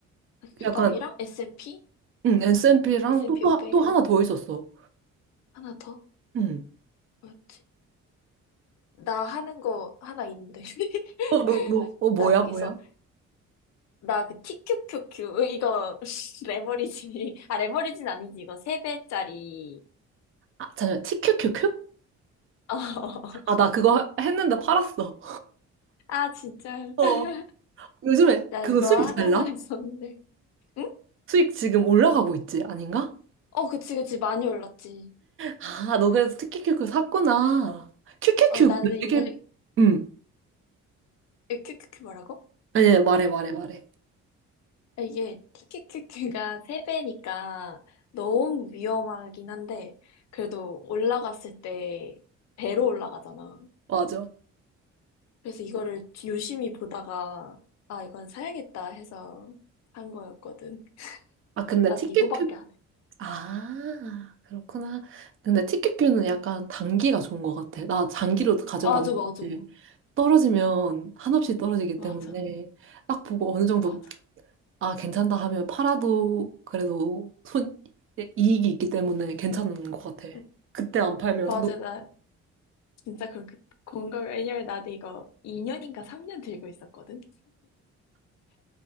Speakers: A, on the left; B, on the right.
A: 나스닥이랑
B: 약간
A: S&P?
B: 응, SNP랑
A: S&P
B: 또, 또,
A: 500?
B: 하- 또 하나 더 있었어.
A: 하나 더?
B: 응.
A: 뭐였지? 나 하는 거 하나 있는데. <laughs>
B: 어, 뭐, 뭐, 어, 뭐야,
A: 나 여기서,
B: 뭐야?
A: 나 그 TQQQ, 이거, <laughs> 레버리지. 아, 레버리지는 아니지. 이거 세배짜리
B: 아, 잠시만. TQQQ?
A: <laughs> 어.
B: 아, 나 그거 하- 했는데 팔았어.
A: 아, 진짜.
B: 어,
A: <laughs>
B: 요즘에
A: 나
B: 그거
A: 이거
B: 수익
A: 하나만
B: 잘 나?
A: 했었는데. 응?
B: 수익 지금 올라가고 있지, 아닌가?
A: 어, 그치, 그치. 많이 올랐지.
B: 아, 너 그래서 TQQQ 샀구나. QQQ
A: 어, 나는
B: 근데
A: 옛날에,
B: 되게 응.
A: 에, 큐큐큐 뭐라고?
B: 아니, 아니, 말해, 말해, 말해.
A: 아, 이게 TQQQ가 세배니까 너무 위험하긴 한데, 그래도 올라갔을 때 배로 올라가잖아.
B: 맞아.
A: 그래서 이거를 유심히 보다가, 아, 이건 사야겠다 해서 산 거였거든.
B: 아, 근데
A: 나도
B: TQQ
A: 이거밖에 안 해.
B: 아, 그렇구나. 근데 티켓큐는 약간 단기가 좋은 것 같아. 나 장기로 가져봤는데
A: 맞아, 맞아.
B: 떨어지면 한없이 떨어지기
A: 맞아,
B: 때문에 딱 보고 어느 정도
A: 맞아.
B: 아, 괜찮다 하면 팔아도 그래도 손 이익이 있기 때문에 괜찮은 것 같아.
A: 응.
B: 그때 안 팔면
A: 맞아,
B: 너
A: 나 진짜 그렇게 공감, 왜냐면 나도 이거 2년인가 3년 들고 있었거든.